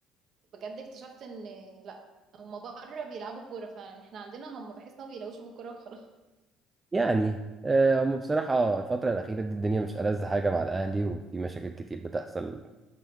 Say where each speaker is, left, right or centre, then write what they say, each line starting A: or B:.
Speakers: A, on the right; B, on the right.
A: بجد اكتشفت ان لا هما بره بيلعبوا كورة فعلا احنا عندنا هما بحس ان هما بيلعبوش بالكورة وخلاص
B: يعني آه، هم بصراحه الفتره الاخيره دي الدنيا مش ألذ حاجه مع الاهلي وفي مشاكل كتير بتحصل